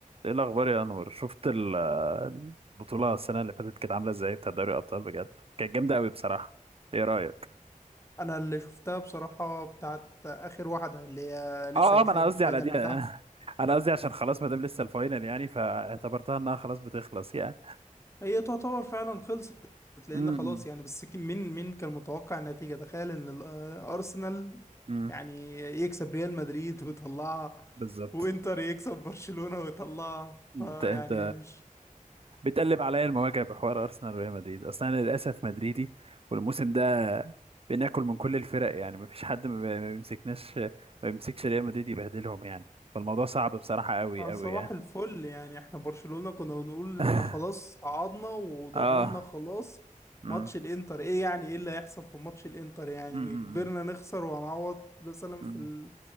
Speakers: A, on the right; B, on the left.
A: ايه الاخبار يا انور شفت ال- البطوله السنه اللي فاتت كانت عامله ازاي بتاع دوري الابطال بجد كانت جامده قوي بصراحه ايه رايك
B: انا اللي شفتها بصراحة بتاعت اخر واحدة اللي هي لسه
A: اه
B: هيتلعب
A: اه ما انا قصدي
B: الفاينل
A: على دي
B: بتاعها
A: <laughs> انا قصدي عشان خلاص ما دام لسه الفاينل يعني فاعتبرتها انها خلاص بتخلص يعني
B: هي تعتبر فعلا خلصت لان
A: امم
B: خلاص يعني بس كي- مين مين كان متوقع النتيجة تخيل ان ال- ارسنال
A: امم
B: يعني يكسب ريال مدريد ويطلعها
A: بالظبط
B: وانتر يكسب برشلونة ويطلعها
A: انت
B: فيعني
A: انت
B: مش
A: بتقلب عليا المواجع بحوار ارسنال وريال مدريد اصلا انا للاسف مدريدي والموسم ده بناكل من كل الفرق يعني مفيش حد ما بي- ما بيمسكناش ما بيمسكش ريال مدريد يبهدلهم يعني فالموضوع صعب بصراحة قوي
B: آه،
A: قوي
B: صباح
A: يعني
B: الفل يعني احنا برشلونة كنا بنقول احنا
A: <laughs>
B: خلاص صعدنا وضمننا
A: اه
B: خلاص
A: مم.
B: ماتش الانتر ايه يعني ايه اللي هيحصل في ماتش الانتر يعني
A: مم.
B: كبرنا نخسر وهنعوض مثلا
A: مم.
B: في ال...